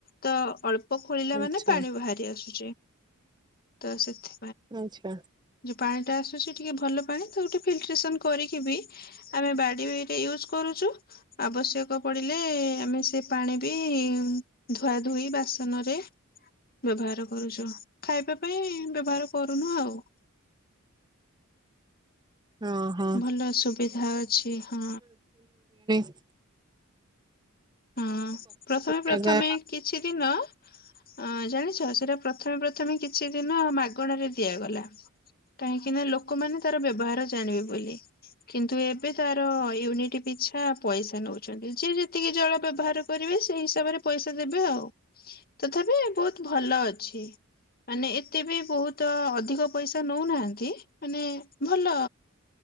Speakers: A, on the left (about 45°); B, on the right (about 20°).
A: ତ ଅଳ୍ପ ପ ଖୋଳିଲା
B: ଆଚ୍ଛା
A: ମାନେ ପାଣି ବାହାରି ଆସୁଚି। ତ ସେଥି
B: ଆଚ୍ଛା।
A: ପାଣିଟା ଆସୁଛି ଟିକେ ଭଲ ପାଣି ତ ଗୋଟେ ଫିଲଟ୍ରେସନ୍ କରିକି ବି ଆମେ ବାଡ଼ିରେ ୟୁଜ୍ କରୁଚୁ। ଆବଶ୍ୟକ ପଡ଼ିଲେ ଆମେ ସେ ପାଣି ବି ଧୁଆ ଧୋଇ ବାସନରେ ବ୍ୟବହାର କରୁଛ ଖାଇବା ପାଇଁ ବ୍ୟବହାର କରୁନୁ ଆଉ <inaudible>
B: ଓ ହୋ
A: ଭଲ ସୁବିଧା ଅଛି ହଁ
B: <unintelligible>
A: ହୁଁ ପ୍ରଥମେ ପ୍ରଥମେ
B: ଜାଗା
A: କିଛି ଦିନ ଅ ଜାଣିଛ ସେଟା ପ୍ରଥମେ ପ୍ରଥମେ କିଛି ଦିନ ମାଗଣରେ ଦିଆଗଲା। କାହିଁକିନା ଲୋକମାନେ ତାର ବ୳ବ ବ୍ୟବହାର ଜାଣିବେ ବୋଲି କିନ୍ତୁ ଏବେ ତାର ୟୁନିଟ ପିଛା ପଇସା ନଉଛନ୍ତି। ଯେ ଯେତିକି ଜଳ ବ୍ୟବହାର କରିବେ ସେଇ ହିସାବରେ ପଇସା ଦେବେ ଆଉ ତଥାପି ବହୁତ ଭଲ ଅଛି। ମାନେ ଏତେ ବି ବହୁତ ଅଧିକ ପଇସା ନଉନାହାନ୍ତି ମାନେ ଭଲ